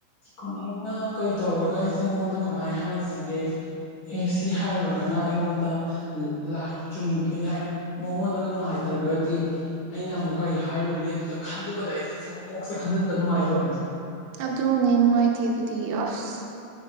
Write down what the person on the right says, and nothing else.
ꯑꯗꯨꯅꯦ ꯅꯨꯡꯉꯥꯏꯇꯦ ꯑꯗꯨꯗꯤ ꯑꯁ